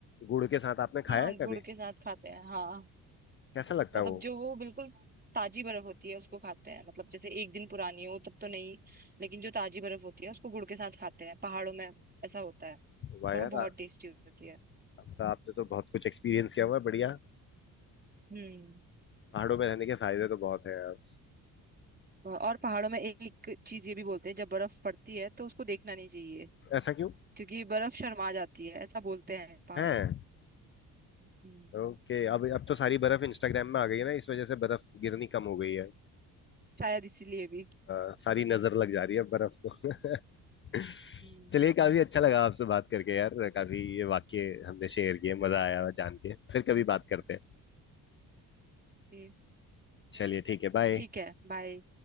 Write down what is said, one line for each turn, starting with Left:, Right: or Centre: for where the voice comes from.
Left: गुड़ के साथ आपने खाया
Right: हाँ
Left: है
Right: गुड़
Left: कभी
Right: के साथ खाते हैं हाँ
Left: कैसा लगता
Right: मतलब
Left: है वो
Right: जो वो बिल्कुल ताजी बर्फ होती है उसको खाते हैं मतलब जैसे एक दिन पुरानी हो तब तो नहीं लेकिन जो ताजी बर्फ होती है उसको गुड़ के साथ खाते हैं पहाड़ों में ऐसा होता है
Left: वाह
Right: और
Left: यार
Right: वो बहुत
Left: आ-
Right: टेस्टी होती है
Left: मतलब आपने तो बहुत कुछ एक्सपीरियंस किया हुआ है बढ़िया
Right: हम्म
Left: पहाड़ों में रहने के फायदे तो बहुत है यार
Right: और पहाड़ों में एक चीज ये भी बोलते हैं जब बर्फ पड़ती है तो उसको देखना नहीं चाहिए
Left: ऐसा क्यों
Right: क्योंकि बर्फ शर्मा जाती है ऐसा बोलते हैं पहाड़ों
Left: है
Right: में हम्म।
Left: ओके अब अब तो सारी बर्फ इंस्टाग्राम में आ गई है ना इस वजह से बर्फ गिरनी कम हो गई है
Right: शायद इसीलिए भी
Left: अ, सारी नजर लग जा रही है बर्फ को <laughs>
Right: हम्म,
Left: चलिए काफी अच्छा लगा आपसे बात करके यार काफी ये वाक्य हमने शेयर किए मजा आया जान के फिर कभी बात करते हैं
Right: ये-
Left: चलिए ठीक है बाय
Right: ठीक है बाय